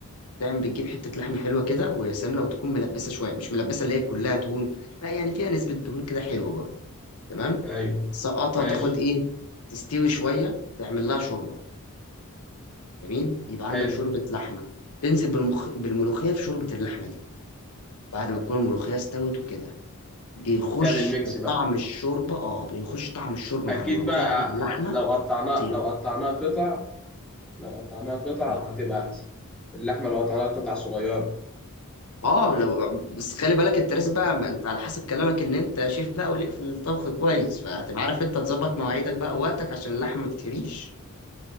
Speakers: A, on the left; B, in the centre.
A: دايما بتجيب حتة لحمة حلوة كده ويا سلام لو تكون ملبسة شوية مش ملبسة اللي هي كلها دهون لا يعني فيها نسبة دهون كده حلوة برضه تمام
B: ايوه
A: سقطها
B: ماشي
A: تاخد ايه تستوي شوية تعمل لها شوربة جميل يبقى عندك
B: حلو
A: شوربة لحمة تنزل بالمخ... بالملوخية في شوربة اللحمة دي بعد ما تكون الملوخية استوت وكده بيخش
B: تعمل ميكس بقى
A: طعم الشوربة اه بيخش طعم الشوربة
B: اكيد
A: مع الملوخية
B: بقى
A: مع اللحمة
B: آه، لو قطعناه
A: خطيرة
B: لو قطعناه قطع لو قطعناها قطع
A: اه
B: هتبقى احسن اللحمه لو قطعناها قطع صغيره
A: اه لو بس خلي بالك الترس بقى ما انت على حسب كلامك ان انت شيف بقى وليك في الطبخ كويس فهتبقى عارف انت تظبط مواعيدك بقى ووقتك عشان اللحمه ما تتهريش